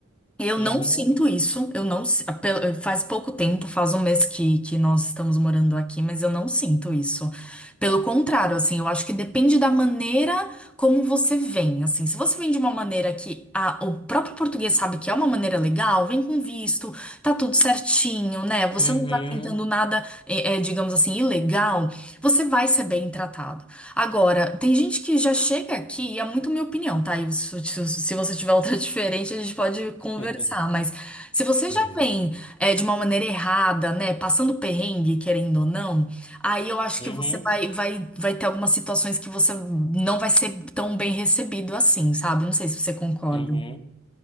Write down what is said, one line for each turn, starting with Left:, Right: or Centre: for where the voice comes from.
Centre: Eu não
Left: Uhum,
Centre: sinto isso, eu não, si- pe- faz pouco tempo, faz um mês que, que nós estamos morando aqui, mas eu não sinto isso. Pelo contrário, assim, eu acho que depende da maneira como você vem, assim, se você vem de uma maneira que a- o próprio português sabe que é uma maneira legal, vem com visto, tá tudo certinho, né? Você
Left: uhum.
Centre: não tá tentando nada, eh, eh, digamos assim, ilegal, você vai ser bem tratado. Agora, tem gente que já chega aqui, e é muito minha opinião, tá? E se, se- você tiver outra <laughs> diferente, a gente pode conversar.
Left: <laughs>
Centre: Mas se você
Left: Sim.
Centre: já vem é, de uma maneira errada, né? Passando perrengue, querendo ou não, aí eu acho
Left: Uhum,
Centre: que você vai, vai, vai ter algumas situações que você não vai ser tão bem recebido assim, sabe? Não sei se você concorda.
Left: uhum.